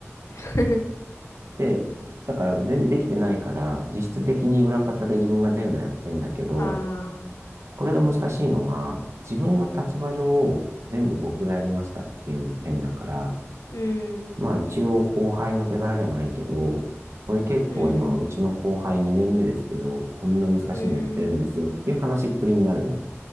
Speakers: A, on the left; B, on the right.
A: <laughs>
B: で、だから全然できてないから、実質的に裏方で自分が全部やってんだけど、
A: ああ、
B: これが難しいのが、自分の立場上、全部僕がやりましたっていうのも変だから、
A: うん、
B: まあ一応後輩の手柄じゃないけど、これ結構今、
A: うん、
B: うちの後輩2年目ですけど、
A: うん
B: こんな難しいのやってるんですよっていう話っぷりになるのよ。
A: うん。